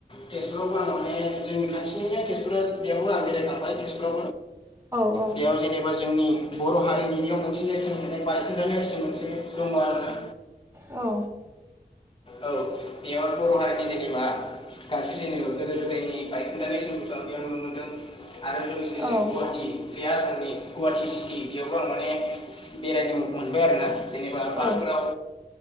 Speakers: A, on the left; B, on the right.
A: तेजपुरावबो आं माने जोंनि खाथिनिनो तेजपुरा बेयावबो आं बेरायखांबाय शिलं
B: औ
A: बेयाव जेनेबा जोंनि बर हारिनि बेयाव मोनसे नेरसोन मोननाय बायखोनदाय नेरसोन मोनसे दङ आरोना
B: औ
A: औ बेयाव बर हारिनि जेनेबा गासै जों नुफेरै गोदोनि बायखोनदा नेरसोनफोर बेयाव नुनो मोन्दों आरो लोगोसे
B: औ
A: जों गुवाहाटि बे आसामनि गुवाहाटि सिटि बेयावबो आं माने बेरायनो मोनबाय आरोना जेनेबा पार्थफोराव
B: औ